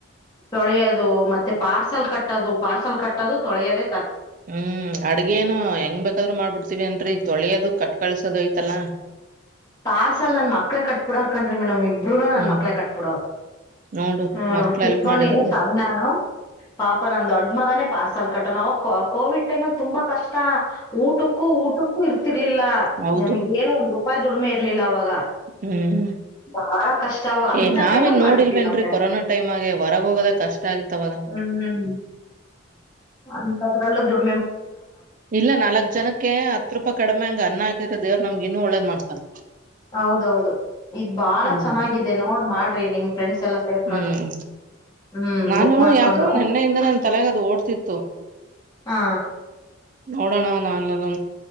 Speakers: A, on the left (about 20°); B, on the right (about 40°).
A: ತೊಳೆಯೋದು ಮತ್ತೆ ಪಾರ್ಸಲ್ ಕಟ್ಟೋದು ಪಾರ್ಸಲ್ ಕಟ್ಟದು ತೊಳೆಯೋದ
B: ಹ್ಮ್ ಅಡ್ಗೇನು ಹೆಂಗ್ ಬೇಕಾದ್ರು ಮಾಡ್ಬಿಡ್ತೀವಿ ಅನ್ರರಿ ತೊಳಿಯೋದು ಕಟ್ ಕಳ್ಸೋದಐತ ಲ್ಲಾ
A: ಪಾರ್ಸಲ್ ನನ್ ಮಕ್ಳೇ ಕಟ್ಬಿಡೋರ್ ಕಣ್ರಿ ಮೇಡಮ್ ಇಬ್ಬರುನು ನನ್
B: ಹ್ಮ್
A: ಮಕ್ಳೇ ಕಟ್ಬಿಡವರ್
B: ನೋಡು
A: ಹ್ಮ್
B: ಮಕ್ಳ
A: ಸಿಕ್ಕಕೋ
B: ಹೆಲ್ಪ್ ಮಾಡಿದಾರಲ್ಲ
A: ನೀನು ಸಣ ನಾನು ಪಾಪ ನನ್ ದೊಡ್ಡ ಮಗನೇ ಪಾರ್ಸಲ್ ಕಟ್ಟೋಣ ಅವಾಗ ಕೋವಿಡ್ ಟೈಮ ಅಲ್ಲಿ ತುಂಬಾ ಕಷ್ಟ ಊಟಕ್ಕೂ ಊಟಕ್ಕೂ ಇರ್ತಿರ್ಲಿಲ್ಲ
B: ಹೌದು
A: ನಮ್ಗ ಏನು ಒಂದ್ ರೂಪಾಯಿ ದುಡಿಮೆ ಇರ್ಲಿಲ್ಲ ಅವಾಗ
B: ಹ್ಮ್
A: ಬಹಳ ಕಷ್ಟ ಅವಾಗ ಅಂತ
B: ಏ ನಾವೇನ್
A: ಟೈಮಲ್ಲಿ ಮಾಡಿದ್ವಿ
B: ನೋಡಿಲ್ವೇನ್ರೀ
A: ನಾವು
B: ಕೊರೋನಾ ಟೈಮ್ ಆಗೆ ಹೊರಗ ಹೋಗೋದ ಕಷ್ಟ ಆಗಿತ್ತವಾಗ
A: ಹ್ಮ್ ಅಂತದ್ರಲ್ಲದುಡ್
B: ಇಲ್ಲ ನಾಲ್ಕ್ ಜನಕ್ಕೆ ಹತ್ ರೂಪಾಯಿ ಕಡಿಮೆ ಹಂಗ ಅನ್ನ ಹಾಕಿದ್ರ ದೇವ್ರ ನಮ್ಗಿನ್ನು ಒಳ್ಳೇದ್ ಮಾಡ್ತಾನ
A: ಹೌದೌದು ಇದ್ ಬಾಳ
B: ಹ್ಮ್
A: ಚೆನ್ನಾಗಿದೆ ನೋಡ್ ಮಾಡ್ರಿ ನಿಮ್ ಫ್ರೆಂಡ್ಸ್ ಎಲ್ಲ ಸೇರ್ಕೊಂಡು
B: ಹ್ಮ್
A: ಹ್ಮ್
B: ನಾನು
A: ಬುಕ್ ಮಾಡ್ಕೊಂಡು
B: ಯಾಕೋ ನೆನ್ನೆಯಿಂದ ನನ್ನ ತಲೆಗದು ಓಡ್ತಿತ್ತು
A: ಹಾ
B: ನೋಡೋಣ ನಾನ